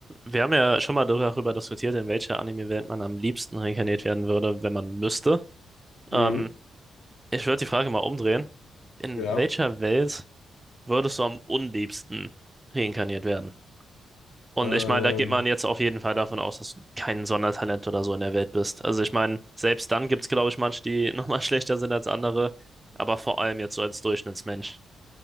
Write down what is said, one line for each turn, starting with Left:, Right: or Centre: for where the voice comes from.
Right: Wir haben ja schon mal darüber diskutiert, in welcher Anime-Welt man am liebsten reinkarniert werden würde, wenn man müsste.
Left: Mhm,
Right: Ähm, ich würde die Frage mal umdrehen. In
Left: ja.
Right: welcher Welt würdest du am unliebsten reinkarniert werden? Und
Left: Ähm,
Right: ich meine, da geht man jetzt auf jeden Fall davon aus, dass du kein Sondertalent oder so in der Welt bist. Also ich meine, selbst dann gibt es, glaube ich, manche, die <laughs> nochmal schlechter sind als andere, aber vor allem jetzt so als Durchschnittsmensch.